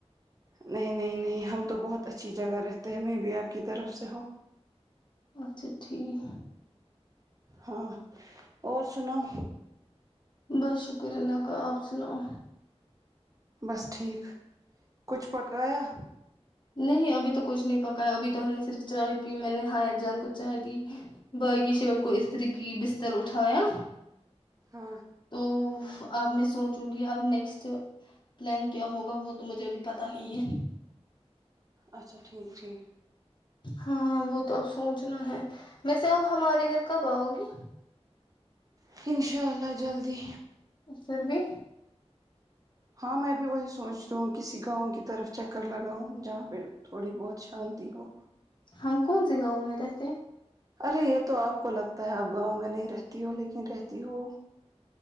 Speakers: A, on the right; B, on the left.
A: نہیں نہیں نہیں ہم تو بہت اچھی جگہ رہتے ہیں ہمیں بھی آپ کی طرف سے ہو
B: اچھا ٹھیک
A: ہاں اور سناؤ
B: بس شکر ہے اللہ کا آپ سناؤ
A: بس ٹھیک کچھ پکایا
B: نہیں ابھی تو کچھ نہیں پکایا ابھی تو ہم نے صرف چائے پی میں نے حیا جان کو چائے دی بھائی کی شرٹ کو استری کی بستر اٹھایا
A: ہاں
B: تو اف اب میں سوچوں گی اب نیکسٹ پلان کیا ہوگا وہ تو مجھے ابھی پتا نہیں ہے
A: اچھا ٹھیک ٹھیک
B: ہاں وہ تو اب سوچنا ہے ویسے آپ ہمارے گھر کب آؤ گی
A: پھر انشاء اللہ جلدی
B: پھر بھی
A: ہاں میں بھی وہی سوچ رہی ہوں کسی گاؤں کی طرف چکر لگاؤں جہاں پہ تھوڑی بہت شانتی ہو
B: ہم کون سے گاؤں میں رہتے
A: ارے یہ تو آپ کو لگتا ہے آپ گاؤں میں نہیں رہتی ہو لیکن رہتی ہو